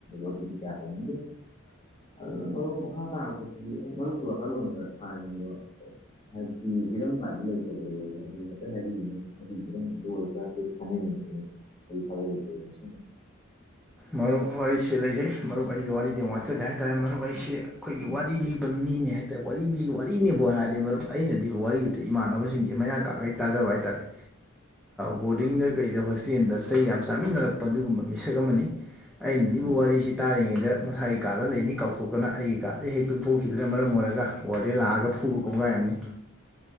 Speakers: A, on the left; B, in the centre.
A: ꯑꯗꯨ ꯀꯌꯥ ꯇꯧꯅꯤꯡꯗꯦ ꯑꯗꯨꯅ ꯃꯔꯨꯞ ꯃꯈꯥ ꯇꯥꯔꯛꯄꯁꯤꯗꯤ ꯃꯔꯨꯞꯀꯤ ꯋꯥꯈꯜꯂꯣꯟꯗ ꯁꯥꯅꯅꯤꯡꯕ꯭ꯔꯣ ꯍꯥꯏꯕꯗꯤ ꯍꯤꯔꯝꯒꯥꯟꯗ ꯇ ꯑꯗꯨ <unintelligible> ꯍꯥꯢꯐꯦꯠ ꯍꯥꯢꯕꯤꯌꯨꯅꯦ ꯑꯗꯨ ꯈꯤꯇꯪ ꯑꯣꯢꯁꯨ ꯍꯥꯏꯐꯦꯠ ꯐꯥꯎꯅꯁꯤ ꯉꯁꯤ ꯑꯩ ꯐꯥꯎꯕꯂꯩꯇꯦ <unintelligible> ꯆꯕ
B: ꯃꯔꯨꯞ ꯋꯥꯔꯤꯁꯤ ꯂꯩꯖꯩ ꯃꯔꯨꯞ ꯑꯩꯒꯤ ꯋꯥꯔꯤꯗꯤ ꯋꯥꯠꯆꯗꯦ ꯍꯥꯏꯇꯥꯔꯦ ꯃꯔꯨꯞ ꯑꯩꯁꯤ ꯑꯩꯈꯣꯏꯒꯤ
A: ꯎꯝ
B: ꯋꯥꯔꯤ ꯂꯤꯕ ꯃꯤꯅꯤ ꯍꯥꯏ ꯋꯥꯔꯤꯁꯤ ꯋꯥꯔꯤꯅꯦꯕ ꯍꯥꯏꯔꯗꯤ ꯃꯔꯨꯝ ꯑꯩꯅꯗꯤ ꯋꯥꯔꯤ ꯎꯗ ꯏꯃꯥꯟꯅꯕꯁꯤꯡꯁꯦ ꯃꯌꯥ ꯀꯥꯒꯩ ꯇꯥꯖꯕ ꯍꯥꯏꯇꯥꯥꯔꯦ ꯕꯣꯔꯗꯤꯡꯗ ꯀꯩꯗ ꯍꯣꯁꯇꯦꯜꯗ ꯆꯩ ꯌꯥꯝ ꯆꯥꯃꯤꯟꯅꯔꯛꯄ ꯑꯗꯨꯒꯨꯝꯕ ꯃꯤꯁꯛ ꯑꯃꯅꯤ ꯑꯩꯅ
A: ꯎꯝ
B: ꯂꯤꯕꯨ
A: ꯎꯝ
B: ꯋꯥꯔꯤꯁꯤ ꯇꯥꯔꯤꯉꯩꯗ ꯃꯁꯥꯒꯤ ꯀꯥꯗ ꯂꯩꯅꯤ ꯀꯥꯎꯊꯣꯛꯀꯅ ꯑꯩꯒꯤ ꯀꯥꯔꯗ ꯍꯦꯛ ꯇꯨꯝꯊꯣꯛꯈꯤꯗꯨꯅ ꯃꯔꯝ ꯑꯣꯏꯔꯒ ꯑꯣꯔꯗꯦꯟ ꯂꯥꯛꯑꯒ ꯐꯨꯕ ꯀꯣꯡꯒꯥꯏꯑꯝꯅꯤ
A: <unintelligible>